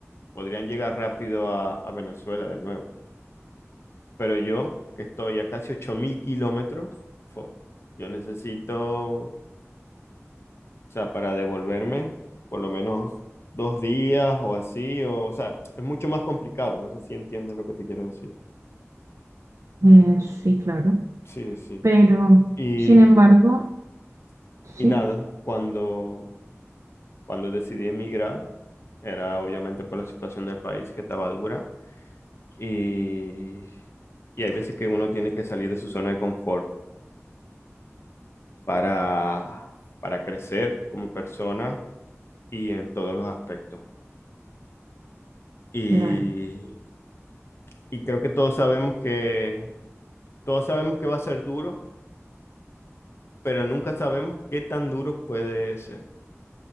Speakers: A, on the left; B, on the right.
A: podrían llegar rápido a, a Venezuela de nuevo, pero yo, que estoy a casi 8.000 kilómetros, fo, yo necesito, o sea, para devolverme, por lo menos dos días o así, o, o sea, es mucho más complicado, no sé si entiendes lo que te quiero decir.
B: Eh, sí, claro.
A: Sí, sí.
B: Pero,
A: Y,
B: sin embargo, sí,
A: y nada, cuando, cuando decidí emigrar, era obviamente por la situación del país que estaba dura. Y, Y hay veces que uno tiene que salir de su zona de confort para, para crecer como persona y en todos los aspectos. Y,
B: claro,
A: y creo que todos sabemos que todos sabemos que va a ser duro, pero nunca sabemos qué tan duro puede ser.